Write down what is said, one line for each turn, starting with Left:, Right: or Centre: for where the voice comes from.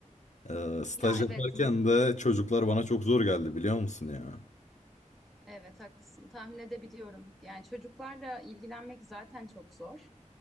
Left: Ee, staj
Centre: Ya
Left: yaparken
Centre: evet,
Left: de çocuklar bana çok zor geldi biliyor musun ya?
Centre: evet haklısın. Tahmin edebiliyorum. Yani çocuklarla ilgilenmek zaten çok zor.